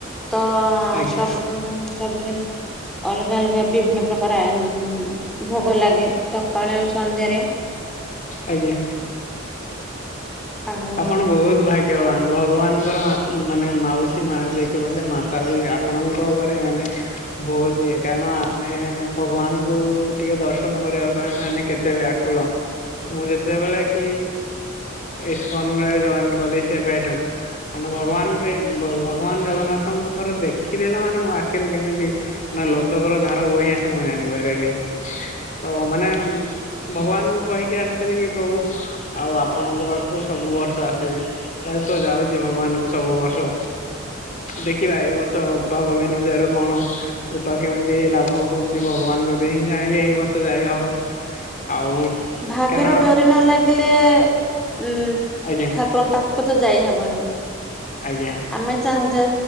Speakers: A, in the centre; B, on the left.
A: ତ
B: ଆଜ୍ଞା
A: ସବୁଦିନ ସବୁଦିନ ଅଲଗା ଅଲଗା ବିଭିନ୍ନ ପ୍ରକାର ଆ ଭୋଗ ଲାଗେ ସକାଳେ ଆଉ ସନ୍ଧ୍ୟାରେ।
B: ଆଜ୍ଞା
A: ଆଉ
B: ଆପଣ ବହୁତ ଭାଗ୍ ଗ୍ୟବାନ ଭଗବାନଙ୍କର ମା ମାନେ ମାଉସୀ ମା ଯେଏକି କହିଲେ ମାତା ବି ଆପଣଙ୍କ ଘରେ ମାନେ ବହୁତ ଇଏ କାରଣ ଆମେ ଭଗବାନଙ୍କୁ ଟିକେ ଦର୍ଶନ କରିବାକୁ ଆମେ ମାନେ କେତେ ବ୍ୟାକୁଳ ମୁଁ ଯେତେବେଳେ କି ଇସ୍କନରେ ଜଏନ କଲି ସେବେଠୁ ଆନ୍ ଭଗବାନ କିରି ଭଗବାନ ଜଗନ୍ନାଥଙ୍କୁ ଥରେ ଦେ ଦେଖିଦେଲା ମାନେ ମୋ ଆଖିରୁ କେମିତି ମାନେ ଲୋତକର ଧାର ବହି ଆସେ ମୁଁ ଜାଣିପାରେନି। ତ ମାନେ ଭଗବାନଙ୍କୁ କହିକି ଆସିଥିଲେ କି ପ୍ରଭୁ ଆଉ ଆପଣଙ୍କ ପାଖକୁ ସବୁ ବର୍ଷ ଆସିବି ତା ତ ଯାଉଛି ଭଗବାନଙ୍କୁ ସବୁ ବର୍ଷ ଦେଖିବା ଏଇ ବର୍ଷ ଭାବବିନଦିଆର କଣ କୃପା କେମିତି ଲାଭ ହଉଚି ଭଗବାନ ଯଦି ହିଁ ଚାହିଁବେ ଏଇ ବର୍ଷ ଯାଇ ହବ ଆଉ
A: ଭାଗ୍ୟର
B: କାରଣ
A: ଡୋରି ନ ଲାଗିଲେ ଉଁ
B: ଆଜ୍ଞା
A: ଠାକୁରଙ୍କ ପାଖ୍ କୁତ ଯାଇହବନି
B: ଆଜ୍ଞା ଆଜ୍ଞା
A: ଆମେ ଚାହୁଁଥିବା